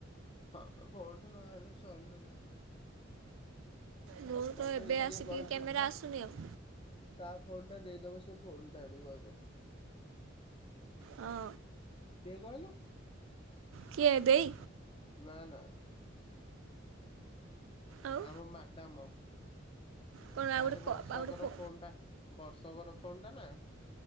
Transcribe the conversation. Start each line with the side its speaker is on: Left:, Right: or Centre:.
Left: ହଁ ଫୋନ ଟ ନ ଆଲେ ଚଳି ହବନି।
Right: ମୁଁ
Left: ମତେ
Right: ତ ଏବେ
Left: ଇଏ
Right: ଆସିକି
Left: କହିଛି
Right: କ୍ୟାମେରା ଆସୁନି ଆଉ।
Left: ତା ଫୋନ୍ ଟା ଦେଇଦବ ସେ ଫୋନ୍ ଟା ଆଣିବ ଏବେ।
Right: ହଁ।
Left: କିଏ କହିଲୁ?
Right: କିଏ ଦେଇ
Left: ନା ନା।
Right: ଆଉ
Left: ଆମ ମାଡାମ।
Right: କ'ଣ ଆଉ
Left: ତାର
Right: ଗୋଟେ
Left: ବର୍ଷକର
Right: କ- ଆଉ ଗୋଟେ ଫୋ
Left: ଫୋନ୍ ଟା ବର୍ଷକର ଫୋନ୍ ଟା ନା।